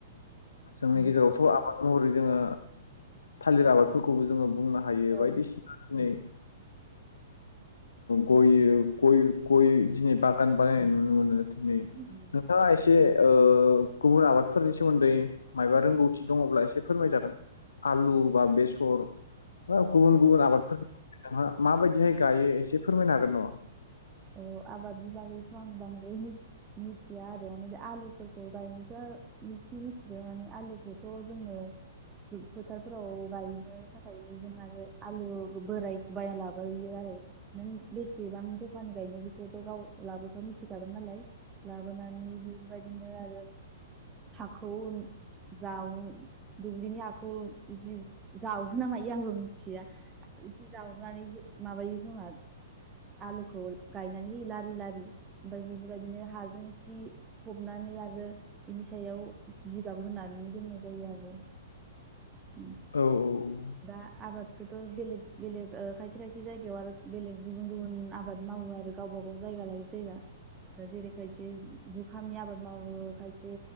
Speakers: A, on the left; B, on the right.
A: जोंनि
B: उम
A: गेजेरावथ' आबाद महरै जोङो थालिर आबादफोरखौबो जोङो बुंनो हायो
B: औ
A: बायदिसिना दिनै
B: उम
A: गययो-गय- गय दिनै बागान बानायनाय नुनो मोनो दिनै
B: उम
A: नोंथाङा एसे गुबुन आबादफोरनि सोमोन्दै मायबा रोंगौथि दङ'ब्ला एसे फोरमायजागोन आलु बा बेसर बा गुबुन
B: औ औ
A: गुबुन आबादफोर नोंहा माबायदिहाय गायो एसे फोरमायनो हागोन न
B: अ आबादनि बागैथ' आं बांद्राय मिथिया आरो माने आलुफोरखौ गायनोस इसे मिथिबायानो आलुखौथ' जोङो फोथारफोराव गायनो थाखाय जों आरो आलु बोरायखौ बाया लाबोयो आरो नों बेसेबां जख खानि गायनो बेखौथ' गाव लाबोथ' मिथिखागोन नालाय लाबोनानै बेबायदि दिनो आरो हाखौ जावो दुब्लिनि हाखौ जे जावहो ना मायो आंबो मिथिया एसे जावनानै माबायो खोमा आलु खौ गायनानै होयो लारि लारि ओमफ्राय बेफोरबायदिनो हाजों सि फबनानै आरो बिनि सायाव जिगाब होनानै दोननाय जायो आरो <unintelligible> <inaudible>
A: औ औ
B: दा आबादखौथ' बेलेग बेलेग खायसे खायसे जायगायाव आरो बेलेग गुबुन गुबुन आबाद माव वो आरो गावबागाव जायागा लायै जायगा दा जेरै खायसे खामनि आबाद मावो खायसे